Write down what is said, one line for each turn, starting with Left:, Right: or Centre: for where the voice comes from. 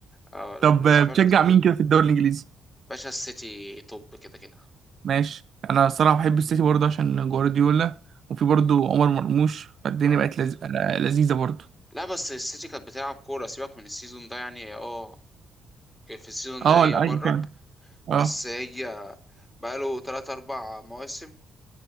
Left: اه الأسبوع
Right: طب بتشجع
Left: للأسبوع
Right: مين كده في الدوري الانجليزي
Left: باشا السيتي توب كده كده
Right: ماشي انا الصراحه بحب السيتي برضه عشان جوارديولا وفي برضه عمر مرموش فالدنيا
Left: اه
Right: بقت لز... لذيذه برضه
Left: لا بس السيتي كانت بتلعب كورة سيبك من السيزون ده يعني هي اه في السيزون ده
Right: اه
Left: هي
Right: لا
Left: بره
Right: اي فعلا
Left: بس
Right: اه
Left: هي بقاله تلات أربع مواسم